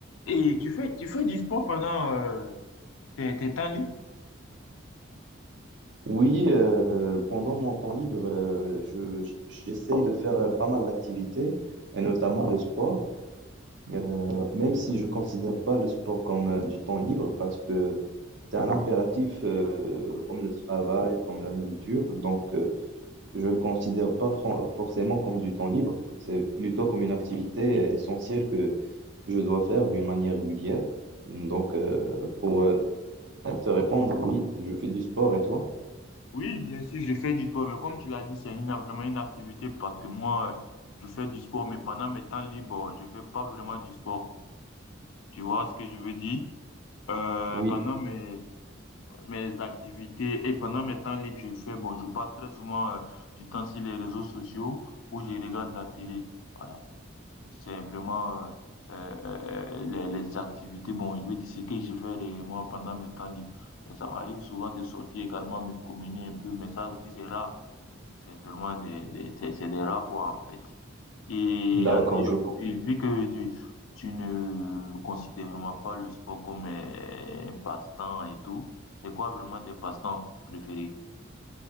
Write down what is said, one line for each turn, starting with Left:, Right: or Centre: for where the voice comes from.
Left: Et tu fais, tu fais du sport pendant euh, tes, tes temps libres?
Right: Oui, euh, pendant mon temps libre, euh, je, j- j'essaye de faire euh, pas mal d'activités, et notamment le sport, Euh, même si je considère pas le sport comme euh, du temps libre parce que c'est un impératif euh, comme le travail, comme la nourriture. Donc, euh, je le considère pas fran- forcément comme du temps libre. C'est plutôt comme une activité essentielle que je dois faire d'une manière régulière. Donc, euh, pour euh, te répondre, oui, je fais du sport et toi?
Left: Oui, bien sûr, je fais du sport, mais comme tu l'as dit, c'est une- vraiment une activité parce que moi, euh, je fais du sport, mais pendant mes temps libres, oh, je fais pas vraiment du sport. Tu vois ce que je veux dire? Euh,
Right: Oui,
Left: pendant mes, mes activités et pendant mes temps libres, je fais, bon, je passe très souvent, euh, du temps sur les réseaux sociaux où je regarde la télé. Voilà. C'est vraiment euh, euh, euh, les, les activités. Bon, je veux dire ce que je fais réellement pendant mes temps libres. Bon, ça m'arrive souvent de sortir également, me promener un peu, mais ça aussi c'est rare. C'est vraiment des, des, c'est c'est des rares fois en fait. Et
Right: d'accord,
Left: en dehors-
Right: je comprends.
Left: oui, vu que tu, tu ne considères vraiment pas le sport comme euh, un passe-temps et tout, c'est quoi vraiment tes passe-temps préférés?